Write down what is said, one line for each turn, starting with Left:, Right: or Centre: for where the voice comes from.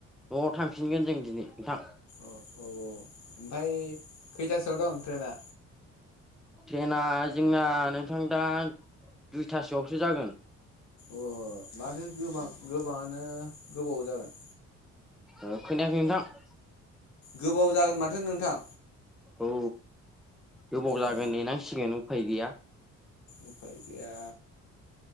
Centre: न'आव थांफिनगोन जों दिनै नोंथां
Left: औ औ औ ओमफाय खैथासोआव दं ट्रेना
Centre: ट्रेनाआ जोंना नोंथां दा दुइथासोआवसो जागोन
Left: अ माथो गोबां गोबाङानो गोबाव जागोन
Centre: ओ खोनायाखै नोंथां
Left: गोबाव जागोन माथो नोंथां।
Centre: औ गोबाव जागोन
Left: अ
Centre: नेनांसिगोन उफाय गैया।
Left: उफाय गैया